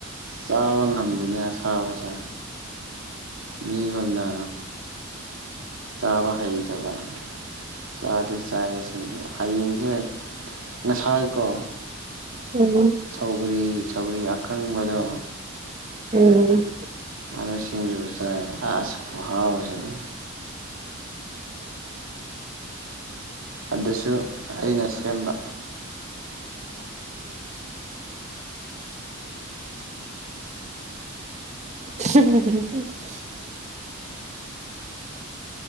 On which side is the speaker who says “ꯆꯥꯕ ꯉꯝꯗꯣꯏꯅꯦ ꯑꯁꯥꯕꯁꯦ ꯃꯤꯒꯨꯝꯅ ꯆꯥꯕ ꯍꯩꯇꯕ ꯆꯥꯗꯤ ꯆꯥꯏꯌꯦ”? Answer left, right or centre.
Right